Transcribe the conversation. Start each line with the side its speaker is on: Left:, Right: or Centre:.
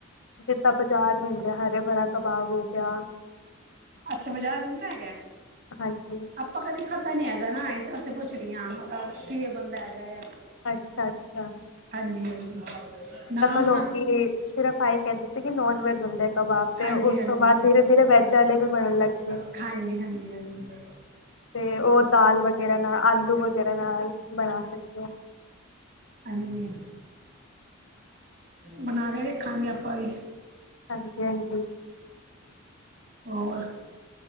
Left: ਜਿੱਦਾ ਬਾਜ਼ਾਰ ਮਿਲਦਾ ਆ ਹਰੇ ਭਰਾ ਕਬਾਬ ਹੋ ਗਿਆ।
Right: ਅੱਛਾ, ਬਾਜ਼ਾਰ ਮਿਲਦਾ ਹੈਗਾ।
Left: ਹਾਂਜੀ
Right: ਆਪਾਂ ਕਦੇ ਖਾਧਾ ਨੀ ਹੈਗਾ ਨਾ, ਇਸ ਵਾਸਤੇ ਪੁੱਛ ਰਹੀ ਐ। ਮੈਂ ਕਿਵੇਂ ਬਣਦਾ ਹੈਗਾ ਆ।
Left: ਅੱਛਾ-ਅੱਛਾ।
Right: ਹਾਂਜੀ-ਹਾਂਜੀ, ਨਾਮ
Left: ਲੋਕੀ
Right: ਨਾ
Left: ਸਿਰਫ <unintelligible> ਕਹਿੰਦੀ। ਲੇਕਿਨ ਨੋਨ ਵੈਜ ਹੁੰਦੇ ਆ ਕਬਾਬ, ਤੇ
Right: ਹਾਂਜੀ
Left: ਉਸ
Right: ਹਾਂਜੀ
Left: ਤੋਂ ਬਾਅਦ
Right: ਹਾਂਜੀ
Left: ਦੀਰੇ-ਦੀਰੇ ਵੈਜ ਆਲੇ ਵੀ ਬਣਨ ਲੱਗ ਗੇ।
Right: ਹਾਂਜੀ-ਹਾਂਜੀ, ਹਾਂਜੀ।
Left: ਤੇ ਉਹ ਦਾਲ ਵਗੈਰਾ ਨਾ, ਆਲੂ ਵਗੈਰਾ ਨਾਲ ਬਣਾ ਸਕਦੇ ਆ।
Right: ਹਾਂਜੀ, ਬਣਾ ਕੇ ਦੇਖਾਂਗੇ ਆਪਾ ਵੀ।
Left: ਹਾਂਜੀ-ਹਾਂਜੀ।
Right: ਹੋਰ।